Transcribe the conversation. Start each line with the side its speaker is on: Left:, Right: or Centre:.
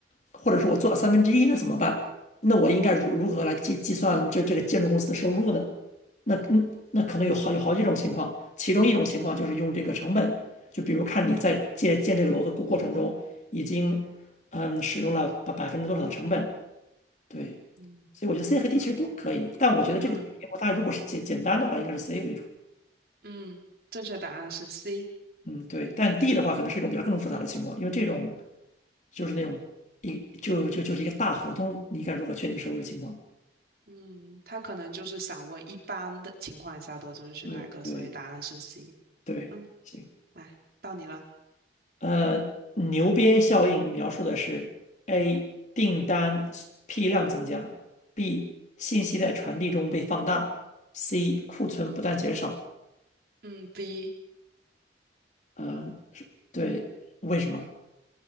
Left: 或者说我做了三分之一，
Right: 嗯嗯
Left: 那怎么办？那我应该如如何来计计算这这个建筑公司的收入呢？那嗯，那可能有好有好几种情况，其中一种情况就是用这个成本，就比如看你在建建这个楼的过过程中已经嗯使用了百百分之多少的成本，对，
Right: 嗯
Left: 所以我觉得 C 和 D
Right: 好，
Left: 其实都可以，但我觉得这个题目大家如果是简简单的话，
Right: 嗯
Left: 应该是 C 为主。
Right: 嗯，正确答案是 C。
Left: 嗯，对，但 D 的话可能是一种比较更复杂的情况，因为这种就是那种一就就就是一个大合同，你该如何确定收入的情况？
Right: 嗯，他可能就是想问一般的情况下都遵循哪个，
Left: 对对，
Right: 所以答案是 C。
Left: 对，
Right: 嗯，
Left: 行，
Right: 来，到你了。
Left: 呃，牛鞭效应描述的是 A 订单批量增加，B 信息在传递中被放大，C 库存不断减少。
Right: 嗯，B。
Left: 呃，是对，为什么？